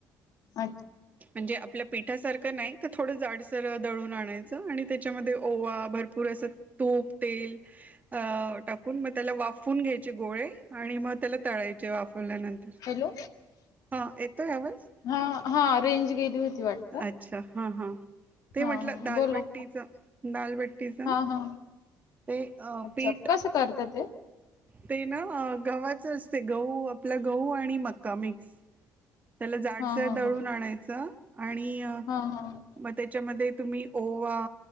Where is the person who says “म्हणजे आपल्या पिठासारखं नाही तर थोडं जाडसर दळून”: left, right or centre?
Right